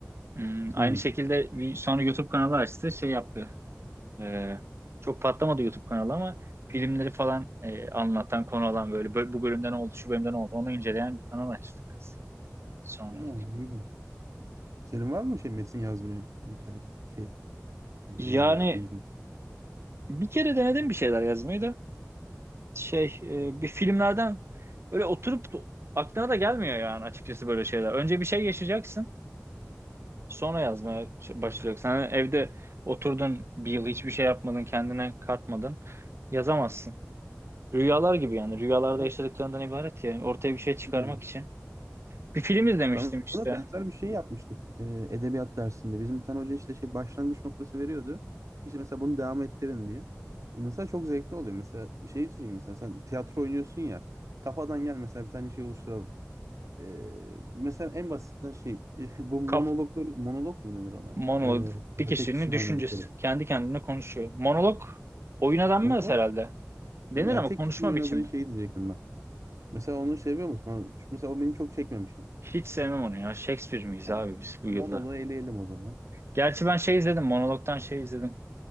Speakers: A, on the right; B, on the right.
A: Hmm,
B: Hı.
A: aynı şekilde bir sonra YouTube kanalı açtı, şey yaptı. Ee, çok patlamadı YouTube kanalı ama filmleri falan e, anlatan, konu alan böyle bö- bu bölümden oldu, şu bölümden oldu. Onu inceleyen bir kanal açtık kız sonra.
B: Aa, iyi bak. Senin var mı şey metin yazmaya hikaye şey e,
A: Yani
B: ilgin?
A: bir kere denedim bir şeyler yazmayı da. Şey e, bir filmlerden böyle oturup da- aklına da gelmiyor yani açıkçası böyle şeyler. Önce bir şey yaşayacaksın, sonra yazmaya ş- başlayacaksın. Hani evde oturdun bir yıl hiçbir şey yapmadın, kendine katmadın. Yazamazsın. Rüyalar gibi yani. Rüyalarda
B: Ya,
A: yaşadıklarından ibaret ya. Yani Ortaya bir şey çıkarmak
B: hmm,
A: için Bir film izlemiştim
B: ben
A: işte.
B: ona benzer bir şey yapmıştık e, edebiyat dersinde. Bizim bir tane hoca işte şey başlangıç noktası veriyordu. İşte mesela bunu devam ettirin diye. Mesela çok zevkli oluyor. Mesela şey için mesela sen tiyatro oynuyorsun ya kafadan gel mesela bir tane şey oluşturalım. E, mesela en basitinden şey <laughs> bu monologları
A: Kaf
B: monolog mu denir ona?
A: monolog
B: E, mesela
A: bir kişinin
B: tek kişinin
A: düşüncesi.
B: oynadıkları.
A: Kendi kendine konuşuyor. Monolog oyuna denmez
B: Monolog
A: herhalde. Denir
B: değil mi? Yani
A: ama
B: tek
A: konuşma
B: kişinin oynadığı
A: biçimi.
B: şeyi diyecektim ben. Mesela onu seviyor musun? Ben- mesela o beni çok çekmemişti.
A: Hiç sevmem onu ya. Shakespeare miyiz
B: Tamam.
A: abi biz bu
B: Monolu
A: yılda?
B: eleyelim o zaman.
A: Gerçi ben şey izledim. Monolog'dan şey izledim.